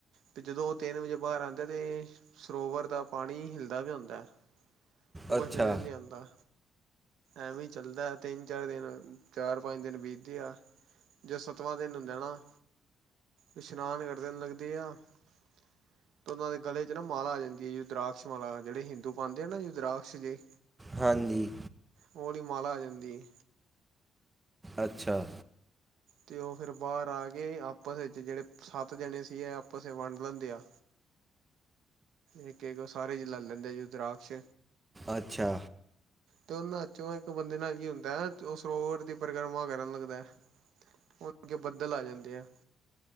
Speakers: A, on the right; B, on the right.
A: ਤੇ ਜਦੋਂ ਉਹ ਤਿੰਨ ਵਜੇ ਬਾਹਰ ਆਂਦੇ ਤੇ, ਸਰੋਵਰ ਦਾ ਪਾਣੀ ਹਿੱਲਦਾ ਪਿਆ ਹੁੰਦਾ। ਉਹ ਕੁਛ
B: ਅੱਛਾ
A: ਨਜ਼ਰ ਨੀ ਆਂਦਾ ਐਵੇਂ ਈ ਚੱਲਦਾ। ਤਿੰਨ-ਚਾਰ ਦਿਨ, ਚਾਰ-ਪੰਜ ਦਿਨ ਬੀਤਦੇ ਆ ਜਦੋਂ ਸੱਤਵਾਂ ਦਿਨ ਹੁੰਦਾ ਏ ਨਾ। ਇਸ਼ਨਾਨ ਕਰਦੇ ਨ ਲਗਦੀ ਆ ਤੇ ਉਹਨਾਂ ਦੇ ਗਲੇ 'ਚ ਨਾ ਮਾਲਾ ਆ ਜਾਂਦੀ ਏ। ਰੁਦਰਾਕਸ਼ ਮਾਲਾ, ਜਿਹੜੇ ਹਿੰਦੂ ਪਾਂਦੇ ਆ ਨਾ, ਰੁਦਰਾਕਸ਼ ਜੇ।
B: ਹਾਂਜੀ।
A: ਉਹ ਆਲੀ ਮਾਲ਼ਾ ਆ ਜਾਂਦੀ ਏ।
B: ਅੱਛਾ।
A: ਤੇ ਉਹ ਫਿਰ ਬਾਹਰ ਆ ਕੇ ਆਪਸ ਵਿੱਚ ਜਿਹੜੇ ਸੱਤ ਜਣੇ ਸੀ, ਇਹ ਆਪਸ 'ਚ ਵੰਡ ਲੈਂਦੇ ਆ। ਇੱਕ-ਇੱਕ ਉਹ ਸਾਰੇ ਜਨੇ ਲੈ ਲੈਂਦੇ ਰੁਦਰਾਕਸ਼
B: ਅੱਛਾ।
A: ਤੇ ਉਹਨਾਂ 'ਚੋਂ ਇੱਕ ਬੰਦੇ ਨਾ ਕੀ ਹੁੰਦਾ, ਉਹ ਸਰੋਵਰ ਦੀ ਪਰਿਕਰਮਾ ਕਰਨ ਲੱਗਦਾ ਐ ਉਹ ਅੱਗੇ ਬੱਦਲ ਆ ਜਾਂਦੇ ਆ।